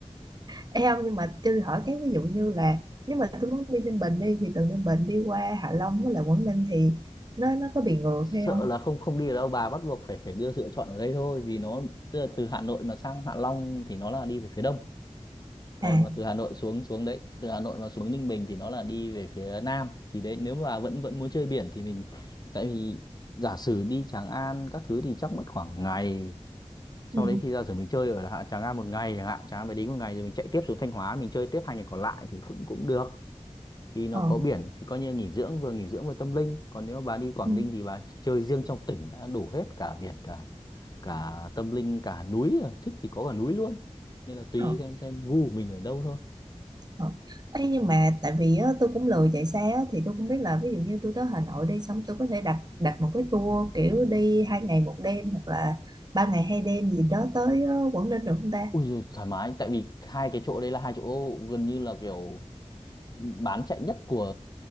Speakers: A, on the right; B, on the left.
A: Ê ông nhưng mà cho tôi hỏi cái ví dụ như là nếu mà tôi muốn đi Ninh Bình đi thì từ Ninh Bình đi qua Hạ Long với lại Quảng Ninh thì nó nó có bị ngược hay
B: sợ
A: không?
B: là không không đi được đâu bà bắt buộc phải phải đưa sự lựa chọn ở đây thôi vì nó tức là từ Hà Nội mà sang Hạ Long thì nó là đi về phía đông còn
A: À.
B: mà từ Hà Nội xuống xuống đấy từ Hà Nội mà xuống Ninh Bình thì nó là đi về phía nam thì đấy nếu mà vẫn vẫn muốn chơi biển thì mình tại vì giả sử đi Tràng An các thứ thì chắc mất khoảng ngày sau
A: Ừ.
B: đấy thì giả sử mình chơi ở Hạ Tràng An một ngày chẳng hạn Tràng An phải đính một ngày rồi mình chạy tiếp xuống Thanh Hóa mình chơi tiếp hai ngày còn lại thì cũng cũng được thì nó
A: Ờ.
B: có biển thì coi như nghỉ dưỡng vừa nghỉ dưỡng vừa tâm linh còn nếu bà đi Quảng
A: Ừ.
B: Ninh thì bà chơi riêng trong tỉnh đã đủ hết cả biển cả cả tâm linh cả núi rồi thích thì có cả núi luôn nên là tùy
A: Ờ.
B: xem xem gu của mình ở đâu thôi
A: Ờ. Ê, nhưng mà tại vì á, tôi cũng lười chạy xe á, thì tôi không biết là ví dụ như tôi tới Hà Nội đi xong tôi có thể đặt đặt một cái tour kiểu đi hai ngày một đêm hoặc là ba ngày hai đêm gì đó tới ờ, Quảng Ninh được không ta?
B: ui rồi thoải mái tại vì hai cái chỗ đấy là hai chỗ gần như là kiểu bán chạy nhất của